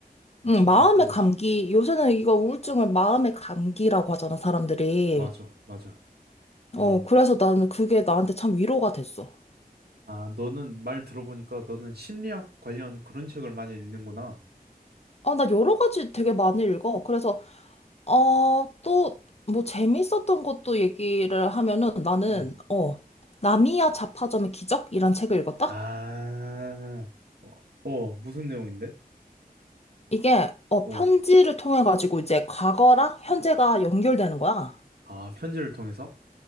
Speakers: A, on the left; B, on the right.
A: 응,
B: 진짜
A: 마음의
B: 아픈 거지.
A: 감기. 요새는 이거 우울증을 마음의 감기라고 하잖아, 사람들이.
B: 맞아, 맞아. 음.
A: 어, 그래서 나는 그게 나한테 참 위로가 됐어.
B: 아, 너는 말 들어보니까 너는 심리학 관련 그런 책을 많이 읽는구나.
A: 아, 나 여러 가지 되게 많이 읽어. 그래서, 어, 또, 뭐, 재밌었던 것도 얘기를 하면은 나는,
B: 음.
A: 어, 나미야 자파점의 기적이란 책을 읽었다?
B: 아, 어, 어, 무슨 내용인데?
A: 이게, 어,
B: 어,
A: 편지를 통해가지고 이제 과거랑 현재가 연결되는 거야.
B: 아, 편지를 통해서?